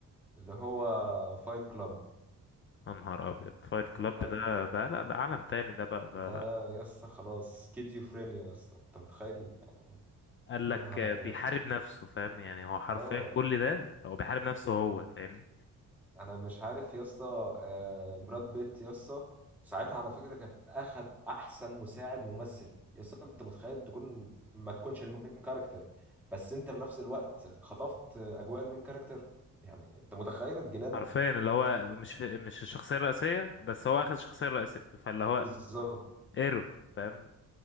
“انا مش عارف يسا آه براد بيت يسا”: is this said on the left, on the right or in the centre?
Centre